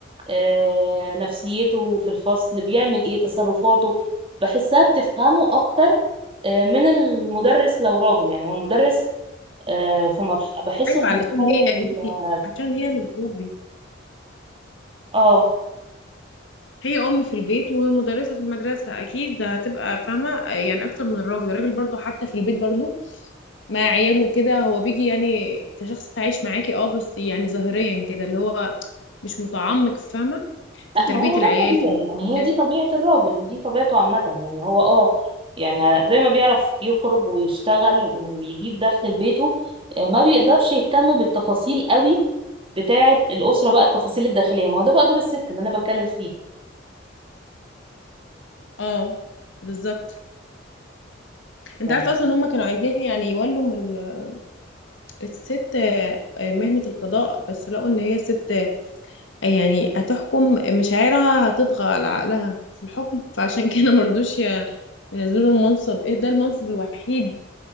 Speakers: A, on the right; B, on the left.
A: آه، نفسيته في الفصل بيعمل ايه تصرفاته بحسها بتفهمه اكتر آه، من المدرس لو راجل يعني هو المدرس آه، في مرحلة بحسه
B: ايوه
A: في
B: علشان
A: مرحلة
B: هي
A: ال-
B: عشان هي اللي بتربي
A: اه
B: هي ام في البيت ومدرسه في المدرسه اكيد ده هتبقى فاهمه يعني اكتر من الراجل الراجل برضو حتى في البيت برضو مع عياله كده هو بيجي يعني كشخص عايش معاكي اه بس يعني ظاهريا كده اللي هو مش متعمق فاهمه في
A: لا
B: تربيه
A: ما هو
B: العيال
A: ده الطبيعي
B: في المسؤوليات
A: يعني هي دي طبيعة الراجل دي طبيعته عامة يعني هو اه يعني على- زي ما بيعرف يخرج ويشتغل ويجيب دخل لبيته آه، ما بيقدرش يهتم بالتفاصيل قوي بتاعة الأسرة بقى التفاصيل الداخلية ما هو ده بقى دور الست اللي أنا بتكلم فيه
B: اه بالظبط انت
A: يعني
B: عارفه اصلا ان هم كانوا عايزين يعني يولوا من ال- الست آه، مهنه القضاء بس لقوا ان هي ست يعني هتحكم مشاعرها هتطغى على عقلها في الحكم فعشان كده مرضوش ي- ينزلوا المنصب ايه ده المنصب الوحيد